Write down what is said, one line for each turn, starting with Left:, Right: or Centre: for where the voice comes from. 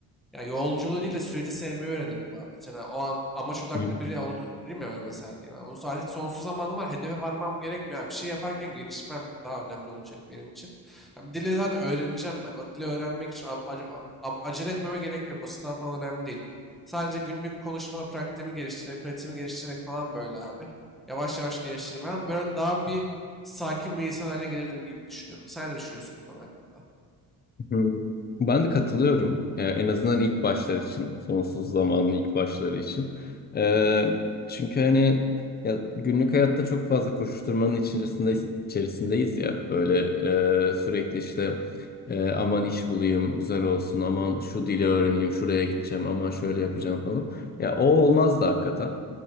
Centre: Ya yolculuğu değil de süreci sevmeyi öğrenirdim abi. Mesela o an amaç odaklı
Left: hı
Centre: biri oldu değil mi ben mesela diyelim. abi. Bu artık sonsuz zamanım var. Hedefe varmam gerekmiyor. Yani bir şey yaparken gelişmem daha önemli olacak benim için. Yani dili zaten öğreneceğim ben. O dili öğrenmek için a- ac- a- acele etmeme gerek yok. O sınav falan önemli değil. Sadece günlük konuşmada pratiğimi geliştirerek, pratiğimi geliştirerek falan böyle abi. Yavaş yavaş geliştirmem. Böyle daha bir sakin bir insan haline gelirdim gibi düşünüyorum. Sen ne düşünüyorsun bu konu hakkında?
Left: hı. Ben de katılıyorum. Ee, en azından ilk başlar için, sonsuz zamanın ilk başları için. Ee, çünkü hani ya günlük hayatta çok fazla koşuşturmanın içerisinde içerisindeyiz ya. Böyle e, sürekli işte e, aman iş bulayım, güzel olsun, aman şu dili öğreneyim, şuraya gideceğim, aman şöyle yapacağım falan. Ya o olmaz da hakikaten.